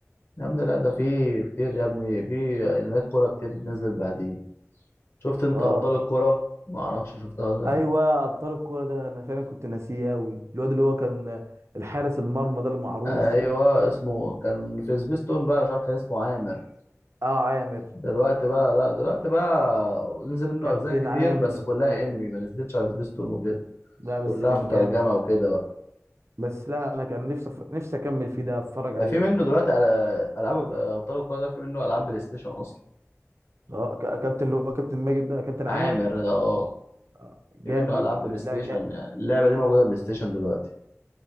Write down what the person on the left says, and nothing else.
يا ابني لا ده في كتير يا ابني في انميات كوره كتير نزلت بعديه شفت انت
ابطال الكوره ما اعرفش شفتها ولا
لا ايوه اسمه كان في سبيستون بقى مش عارف كان اسمه عامر
دلوقتي بقى لا دلوقتي بقى نزل منه
اجزاء كتير
بس كلها
انمي
ما نزلتش على سبيستون وكده
كلها
مترجمه
وكده بقى
ده
في
منه دلوقتي على العاب ابطال الكوره ده في منه العاب بلاي ستيشن اصلا
عامر
ده اه
في منه العاب بلاي ستيشن
يعني اللعبه دي موجوده بلاي ستيشن دلوقتي